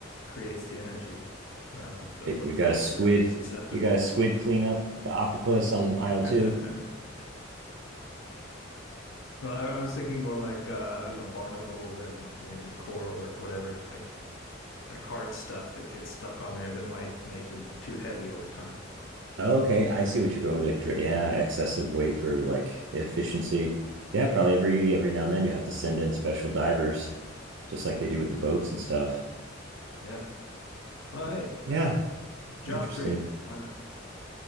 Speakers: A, on the left (about 80°); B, on the right (about 65°).
A: creates the energy. Um, th
B: right,
A: those
B: we
A: probably
B: got a squid.
A: are susceptible.
B: We got a squid cleanup. We got octopus on aisle
A: <laughs>
B: two.
A: Well, I, I was thinking more like uh, you know, barnacles and and coral or whatever, like like hard stuff that gets stuck on there that might make them too heavy over time.
B: Oh, Okay, I see what you're going with. Like, dr- yeah, excessive weight for like efficiency. Yeah, probably
A: Yeah.
B: every every now and then you have to send in special divers, just like they do with the boats and stuff.
A: Yeah. Well, hey,
B: Yeah,
A: uh, job
B: interesting.
A: creator. Why not?